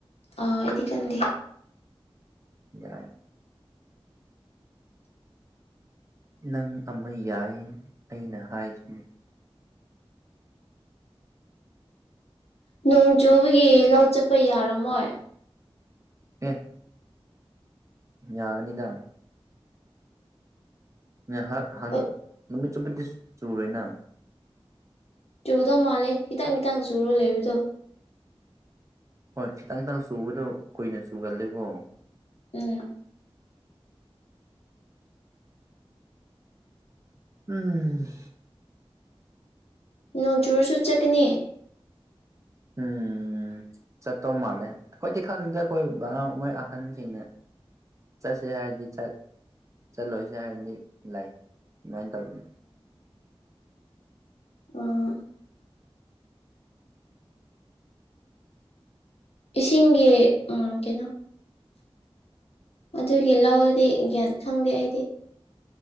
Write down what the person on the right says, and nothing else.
ꯌꯥꯏ ꯅꯪ ꯑꯃ ꯌꯥꯏ ꯑꯩꯅ ꯍꯥꯏꯁꯤꯅꯤ
ꯑꯦ ꯌꯥꯒꯅꯤꯗ ꯉꯥꯏꯍꯥꯛ ꯍꯥꯡ
ꯅꯨꯃꯤꯠ ꯆꯨꯞꯄꯗꯤ ꯆꯨꯔꯣꯏꯅ
ꯍꯣꯏ ꯈꯤꯇꯪ ꯈꯤꯇꯪ ꯆꯨꯕꯗꯣ ꯀꯨꯏꯅ ꯆꯨꯒꯜꯂꯦꯕꯣ
ꯎꯝ
ꯎꯝ ꯆꯠꯇꯧ ꯃꯥꯜꯂꯦ ꯑꯈꯣꯏꯗꯤ ꯈꯥꯟꯗꯦ ꯑꯈꯣꯏꯕꯥ ꯃꯣꯏ ꯑꯍꯟꯖꯤꯡꯅ ꯆꯠꯁꯦ ꯍꯥꯏꯔꯗꯤ ꯆꯥꯠ ꯆꯥꯠꯂꯣꯏꯁꯦ ꯍꯥꯏꯔꯗꯤ ꯂꯩ ꯗꯨꯃꯥꯏꯟ ꯇꯧꯕꯅꯤ